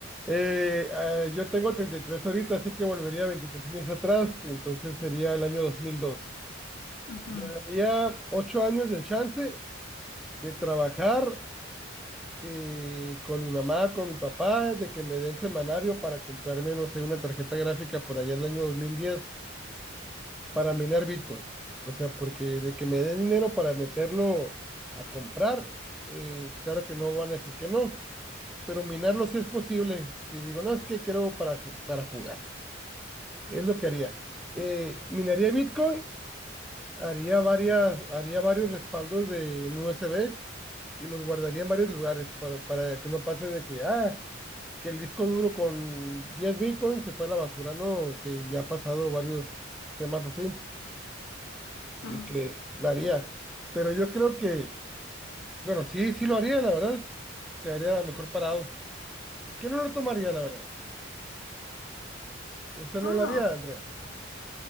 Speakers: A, in the centre; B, on the left.
A: eh, eh, yo tengo 33 ahorita, así que volvería 23 años atrás, entonces sería el año dos mil dos
B: Ujú,
A: Me daría 8 años de chance de trabajar eh, con mi mamá, con mi papá, de que me den semanario para comprarme, no sé, una tarjeta gráfica por allá el año 2010 para minar Bitcoin. O sea, porque de que me den dinero para meterlo a comprar, eh, claro que no van a decir que no, pero minarlo sí es posible. Si digo, no, es que quiero para, ju- para jugar, es lo que haría. Eh, minaría Bitcoin, haría varias, haría varios respaldos de en USB y los guardaría en varios lugares para, para que no pase de que, ah, que el disco duro con diez Bitcoin se fue a la basura, ¿no? Que ya ha pasado varios temas así.
B: ujú.
A: y pues la haría. Pero yo creo que, bueno, sí, sí lo haría, la verdad. Quedaría mejor parado. ¿Quién no lo tomaría, la verdad? Usted
B: Oh,
A: no lo haría, Andrea.